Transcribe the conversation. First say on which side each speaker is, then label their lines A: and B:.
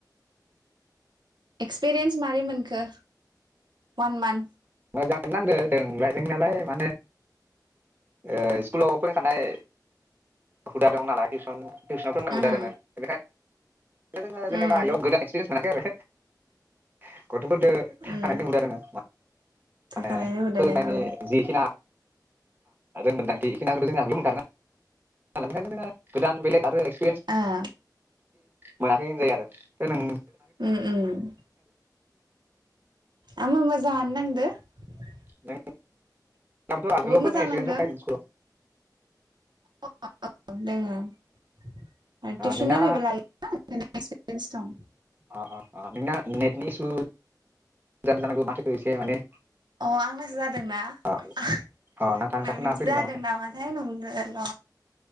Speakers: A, on the right; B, on the right.
A: एक्सपिरियेन्स मारै मोनखो वान मान्थ
B: मोजांखोनो नांदों जोंलाय जोंनालाय माने ओ स्कुलाव फोरोखानाय हुदा दं नालाय टिउसन टिउसनाव फोरोंनाय हुदा
A: उम
B: दंङो ओनोखाय ओनोखाय जोङो जेनेबा
A: उम
B: इयाव गोदान एक्सपेरियेन्स मोनाखै आरो । गथफोरदो थाखानायनि
A: उम
B: हुदा दोङो ।
A: थाखानायनो
B: माने
A: होदोदों
B: फोरोंनायनि
A: औ
B: जिखिना रोंमोन्दांथि बेखिनि आगोलाव नो मोनदो ना खायनो जोङो गोदान बेलेग आरो एक्स
A: ओ ।
B: मोनाखै होनजायो आरो ओ नों
A: उम उम । आ मोजाङानो नांदो ।
B: नों आगोलाव
A: मोजां
B: फोरोंनाय एक्सपेरियेन्स
A: नांदो
B: दंखायोमोन स्कुलाव?
A: <unintelligible> दोङो । टिउसन
B: नोंना
A: ओरिबो लायो । ना ओंखायनो एक्पिरियन्स दं ।
B: अ अ अ नोंना नेटनि इसु जानांगौ माथोखो इसे माने
A: अ आंनासो जादोंना
B: अ
A: आं
B: अ नांथा नांथा
A: नोंनिखो
B: खोना फैदों
A: जादों
B: ना माथो
A: नामाथाय नंदों र